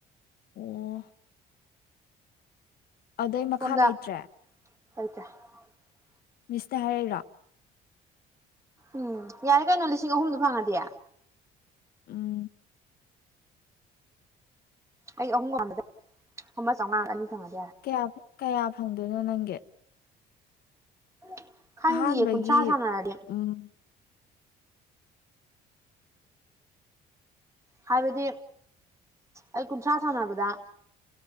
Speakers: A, on the left; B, on the right.
A: ꯑꯣ ꯑꯗꯩ ꯃꯈꯥ
B: ꯁꯣꯝꯗ
A: ꯂꯩꯇ꯭ꯔꯦ
B: <unintelligible>
A: ꯃꯤꯁꯇ ꯍꯥꯏꯔꯛꯏꯔꯣ
B: ꯎꯝ ꯌꯥꯔꯦ ꯀꯩꯅꯣ ꯂꯤꯁꯤꯡ ꯑꯍꯨꯝꯗꯣ ꯐꯪꯉꯗꯤ
A: ꯎꯝ
B: ꯑꯩ ꯑꯍꯨꯝ ꯑꯃ ꯆꯪꯉꯥ ꯑꯅꯤ ꯐꯪꯉꯗꯤ ꯌꯥꯔꯦ
A: ꯀꯌꯥ ꯀꯌꯥ ꯐꯪꯗꯣꯏꯅꯣ ꯅꯪ <unintelligible>
B: <inaudible> ꯈꯪꯗꯤꯌꯦ
A: ꯑꯍꯥꯟꯕꯒꯤ
B: ꯀꯨꯟꯊ꯭ꯔꯥ ꯁꯥꯟꯅꯔꯒꯦ
A: ꯎꯝ
B: ꯍꯥꯏꯕꯗꯤ ꯑꯩ ꯀꯨꯟꯊ꯭ꯔꯥ ꯁꯥꯟꯅꯕꯗ